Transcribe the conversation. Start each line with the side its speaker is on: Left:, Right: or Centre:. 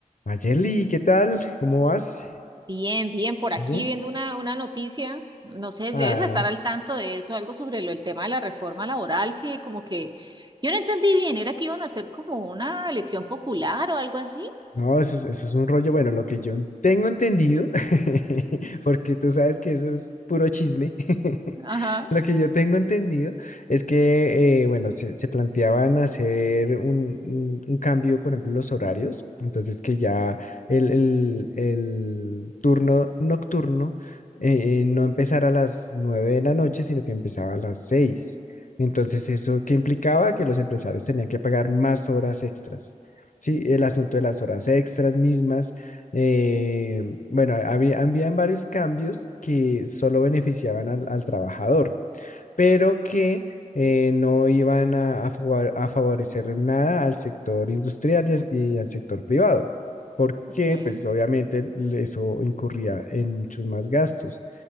Left: Mayeli, ¿qué tal? ¿Cómo vas?
Right: Bien, bien, por aquí
Left: Bien.
Right: viendo una, una noticia, no sé,
Left: Ah,
Right: debes estar al tanto de eso, algo sobre lo, el tema de la reforma laboral, que como que yo no entendí bien, era que iban a hacer como una elección popular o algo así.
Left: No, eso es, eso es un rollo, bueno, lo que yo tengo entendido, <laughs> porque tú sabes que eso es puro chisme, <laughs>
Right: Ajá.
Left: lo que yo tengo entendido es que, eh, bueno, se, se planteaban hacer un, un- un cambio, por ejemplo, en los horarios, entonces que ya el, el- el turno nocturno eh, eh, no empezara a las nueve de la noche, sino que empezaba a las seis. Entonces, ¿eso qué implicaba? Que los empresarios tenían que pagar más horas extras. Sí, el asunto de las horas extras mismas. eh, bueno, había, habían varios cambios que solo beneficiaban al, al trabajador pero que eh, no iban a, a favor- a favorecer en nada al sector industrial y, as- y al sector privado, porque
Right: okay
Left: pues obviamente eso incurría en muchos más gastos.